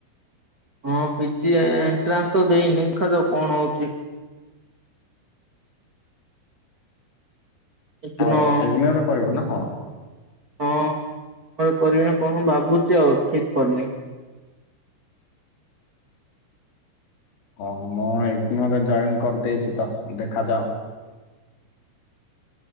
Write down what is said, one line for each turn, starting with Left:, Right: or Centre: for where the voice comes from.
Right: ହଁ ପିଜି ଏଣ୍ଟ୍ରାନ୍ସ ତ ଦେଇନି ଦେଖା ତ କଣ ହଉଛି। ଇଗ୍ନୋ
Left: ଆଉ ଇଗ୍ନୋର କରିବ ନା ହଁ।
Right: ହଁ ମୁ କରିବିନି କଣ ଭାବୁଛି ଆଉ ଠିକ କରିନି।
Left: ହଁ ମୁଁ ଏଗନୋରେ ଜଏନ୍ କରିଦେଇଛି ତ ଦେଖାଯାଅ। <unintelligible>